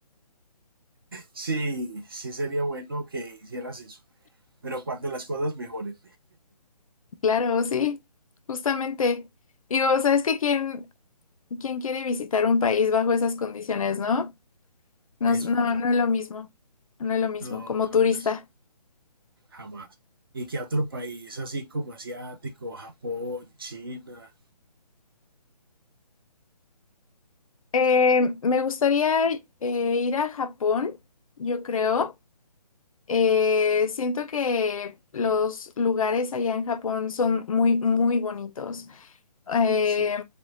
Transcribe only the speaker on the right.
Sí, sí sería bueno que hicieras eso. Pero cuando las cosas mejoren,
es
verdad.
No,
jamás,
jamás. Y que a otro país así como asiático, Japón, China.
Sí,